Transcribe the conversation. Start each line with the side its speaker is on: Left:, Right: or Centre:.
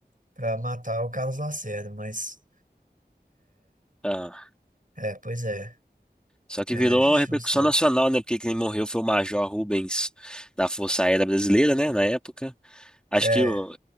Right: pra matar o Carlos Lacerda, mas
Centre: Ah,
Right: é, pois é,
Centre: só que
Right: é,
Centre: virou
Right: a gente
Centre: uma repercussão
Right: não sabe.
Centre: nacional, né? Porque quem morreu foi o Major Rubens da Força Aérea Brasileira, né? Na época. Acho
Right: É,
Centre: que o,